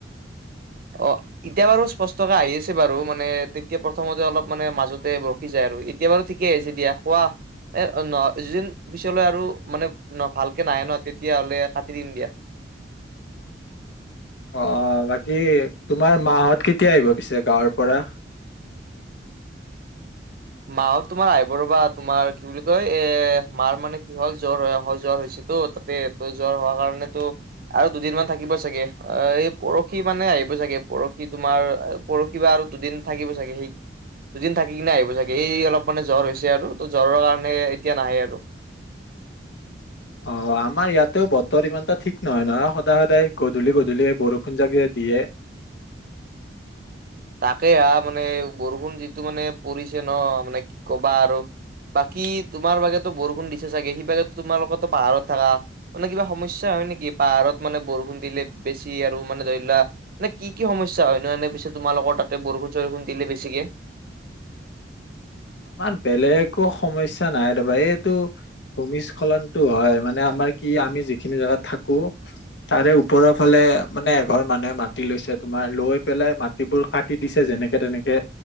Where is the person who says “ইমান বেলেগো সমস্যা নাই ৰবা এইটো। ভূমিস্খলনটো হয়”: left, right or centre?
Left